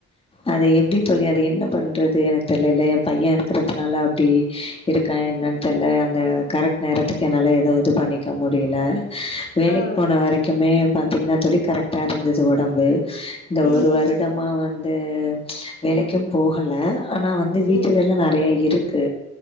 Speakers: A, on the left (about 20°); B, on the left (about 65°).
A: அத எப்டி தோழி அத என்ன பண்றது எனக்கு தெரில்ல எ பைய இருக்குறதுனால அப்டி இருக்கா என்னன்னு தெரில அந்த கரெக்ட் நேரத்துக்கு என்னால எதுவு இது பண்ணிக்க முடில வேலக்
B: ஆ ஆ
A: போன வரைக்குமே பாத்தீங்கன்னா தோழி கரெக்டா இருந்தது ஒடம்பு இந்த
B: ஆ ம்
A: ஒரு வருட்
B: ம்
A: டமா வந்து வேலக்கூ போகல ஆனா வந்து வந்து வீட்டு
B: ம்
A: வேல நெறயா இரூக்கு